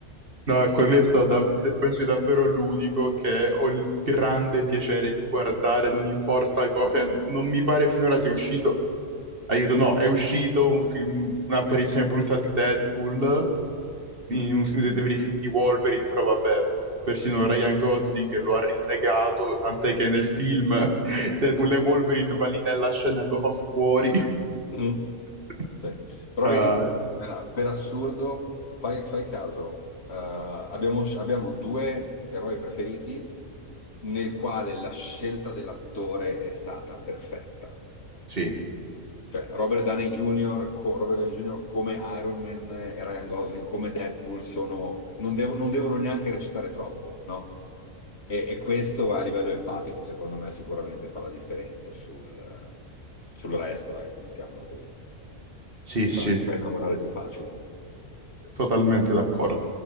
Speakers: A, on the right; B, on the left.
A: No, e quello è stato dav- eh, penso sia davvero l'unico che ho il grande piacere di guardare, non importa cosa, cioè, non mi pare finora sia uscito, aiuto, no, è uscito un film, un'apparizione brutta di Deadpool in
B: Mm.
A: un, film- dei veri film di Wolverine, però vabbè, persino Ryan Gosling lo ha rinnegato, tant'è che nel film <laughs> Deadpool e Wolverine va lì nella scena e lo fa fuori.
B: Mm.
A: <laughs>
B: Sì. Però
A: Eh,
B: vedi, eh, per assurdo, fai, fai caso, eh, abbiamo, sc- abbiamo due eroi preferiti nel quale la scelta dell'attore è stata perfetta.
A: sì,
B: Cioè, Robert Downey Jr., co- Robert Downey Jr. come Iron Man eh, e Ryan Gosling come Deadpool sono, non, devo- non devono neanche recitare troppo, no? E, e questo a livello empatico, secondo me, sicuramente fa la differenza sul, sul resto, ecco, mettiamola così.
A: sì,
B: Ti
A: sì,
B: fa, ti fa innamorare più facile.
A: totalmente d'accordo.